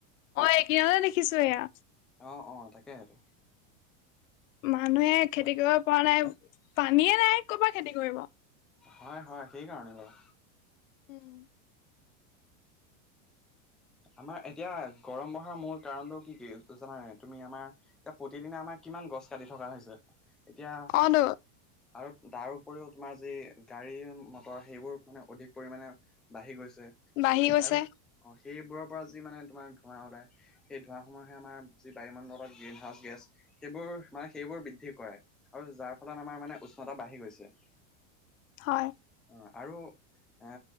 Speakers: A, on the left (about 70°); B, in the centre.
A: মই এইকিদিনটেই দেখিছোঁ এয়া।
B: অহ', অহ' তাকেহে টো।
A: মানুহে খেতি কৰিব পৰা নাই, পানীয়ে নাই কৰ পৰা খেতি কৰিব।
B: হয়, হয়, সেই কাৰণে বাৰু।
A: উম।
B: আমাৰ এতিয়া গৰম বঢ়াৰ মূল কাৰণটো কি কি জানানে নাই? তুমি আমাৰ এতিয়া প্ৰতিদিনে আমাৰ কিমান গছ কাটি থকা হৈছে। এতিয়া
A: অ নো
B: আৰু তাৰ উপৰিও, তোমাৰ যি গাড়ী মটৰ সেইবোৰ মানে অধিক পৰিমাণে, বাঢ়ি গৈছে।
A: বাঢ়ি গৈছে।
B: আৰু অ সেইবোৰৰ পৰা যি মানে তোমাৰ ধোঁৱা ওলায়, সেই ধোঁৱা সমূহে আমাৰ যি বায়ুমণ্ডলত গ্ৰীণ হাউচ গেছ- সেইবোৰ মানে, সেইবোৰ বৃদ্ধি কৰে আৰু যাৰ ফলত আমাৰ মানে উষ্ণতা বাঢ়ি গৈছে। <inaudible>
A: হয়।
B: অ'আৰু এ